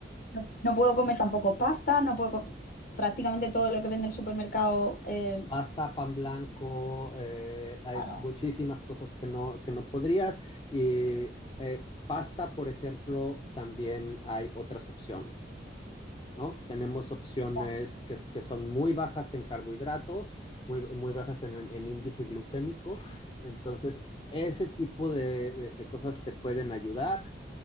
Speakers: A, on the left; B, on the left.
A: No, no puedo comer tampoco pasta, no puedo co- prácticamente todo lo que vende el supermercado. eh,
B: Pasta, pan blanco, eh, hay
A: claro.
B: muchísimas cosas que no, que no podrías. Y eh, pasta, por ejemplo, también hay otras opciones, ¿no? Tenemos opciones
A: claro.
B: que, que son muy bajas en carbohidratos, muy, muy bajas en, en en índice glucémico. Entonces, ese tipo de, de- de cosas te pueden ayudar.